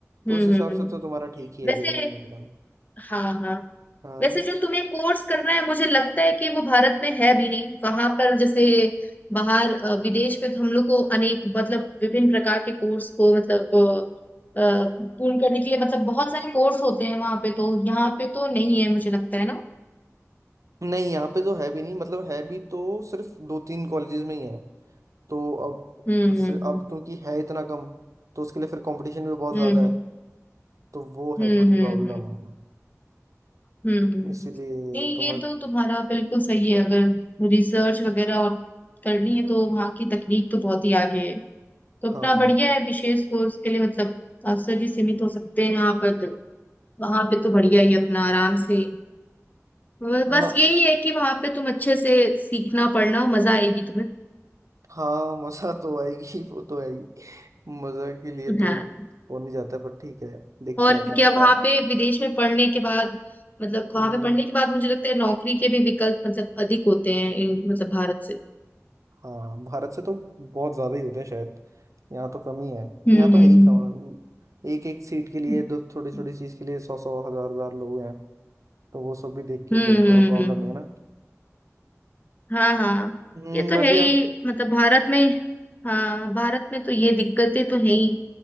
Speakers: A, on the left (about 30°); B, on the right (about 75°).
A: हम्म
B: तो उस हिसाब
A: हम्म हम्म।
B: से तो तुम्हारा ठीक ही है
A: वैसे
B: कि तुम्हें यहीं करानी
A: हाँ हाँ
B: हाँ
A: वैसे जो तुम्हें कोर्स करना है मुझे लगता है कि वो भारत में है भी नहीं वहां पर जैसे बाहर अ, विदेश में तो हम लोग को अनेक मतलब विभिन्न प्रकार के कोर्स को मतलब अ, अ, पूर्ण करने के लिए मतलब बहुत सारे कोर्स होते हैं वहां पे तो यहाँ पे तो नहीं है मुझे लगता है ना
B: नहीं यहाँ पे तो है भी नहीं मतलब है भी तो सिर्फ दो तीन कॉलेजेस में ही है तो अब
A: हम्म
B: बस
A: हम्म
B: अब क्योंकि है इतना कम तो उसके लिए फिर कंपटीशन भी बहुत
A: हम्म
B: ज़्यादा है तो वो
A: हम्म
B: है थोड़ी
A: हम्म
B: प्रॉब्लम
A: हम्म हम्म, हम्म। हम्म
B: इसीलिए
A: नहीं
B: तुम
A: ये तो तुम्हारा बिल्कुल सही है अगर रिसर्च वगैरह और करनी है तो वहाँ की तकनीक तो बहुत ही आगे है तो अपना
B: हाँ
A: बढ़िया
B: यार।
A: है विशेष कोर्स के लिए मतलब मास्टर जी सीमित हो सकते हैं यहाँ पर तो वहाँ पे तो बढ़िया ही है अपना आराम से ब-
B: हाँ
A: बस यही है कि वहाँ पे तुम अच्छे से सीखना पढ़ना मजा आएगी तुम्हें
B: हाँ मजा तो आएगी वो तो आएगी मजा के लिए तो
A: हाँ
B: हो नहीं जाता पर ठीक है देखते
A: और
B: हैं क्या
A: क्या
B: होता
A: वहाँ
B: है
A: पे विदेश में पढ़ने के बाद मतलब वहाँ
B: हम्म
A: पे पढ़ने के बाद मुझे लगता है नौकरी के भी विकल्प मतलब अधिक होते हैं इन मतलब भारत से
B: हाँ भारत से तो बहुत ज्यादा ही होते हैं शायद यहाँ तो कम ही है
A: हम्म
B: यहाँ तो
A: हम्म
B: है ही कम एक एक सीट के लिए
A: हम्म।
B: दो थोड़ी छोटी चीज के लिए सौ सौ हजार हजार लोग हैं तो वो सब भी देख के
A: हम्म
B: तो थोड़ा
A: हम्म,
B: प्रॉब्लम
A: हम्म, हम्म।
B: है ना
A: हाँ हाँ
B: हम्म
A: ये तो
B: बाकी
A: है ही
B: आप
A: मतलब भारत में हाँ भारत में तो ये दिक्कतें तो है ही